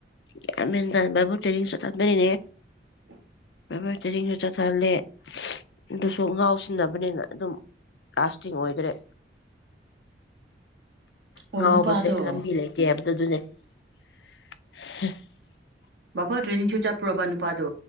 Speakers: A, on the left (about 70°); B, on the right (about 65°).
A: ꯌꯥꯝ ꯍꯦꯟꯊ ꯕꯨ ꯇ꯭ꯔꯦꯅꯤꯡ ꯆꯠꯊꯠꯕꯅꯤꯅꯦ
B: ꯑ
A: ꯃꯦꯕꯔ ꯇꯔꯤꯡꯁꯨ ꯆꯠꯊꯍꯜꯂꯦ ꯑꯗꯨꯁꯨ ꯉꯥꯎꯁꯤꯟꯅꯕꯅꯤꯅ ꯑꯗꯨꯝ ꯂꯥꯁꯇꯤꯡ ꯑꯣꯏꯗ꯭ꯔꯦ
B: ꯑꯣ
A: ꯉꯥꯎꯕꯁꯦ
B: ꯅꯨꯄꯥꯗꯣ
A: ꯂꯝꯕꯤ ꯂꯩꯇꯦ ꯍꯥꯏꯕꯗ ꯑꯗꯨꯅꯦ <unintelligible>
B: ꯄꯔ ꯇ꯭ꯔꯦꯅꯤꯡꯁꯨꯨꯇ ꯄꯔꯕꯥꯅꯨ ꯄꯗ